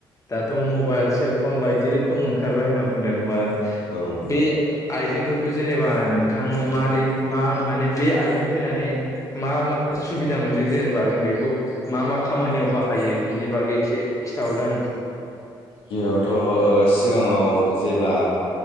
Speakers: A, on the left; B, on the left.
A: दाथ' मबाइल सेलफन बायदि रोखोम ओंखारबाय होनना बुंदों बा
B: औ नोंथां
A: बे आइजेंफोर खौ जेनेबा नोंथाङा मारै मा माने बे आइजों फैनानै मा मा सुबिदा मोनदों जेनेबा जों बेखौ मा मा खामानियाव बाहायो बिनि बागै एसे खिन्थाहरदों आंनो
B: गिबियावथ' सिगाङाव जेब्ला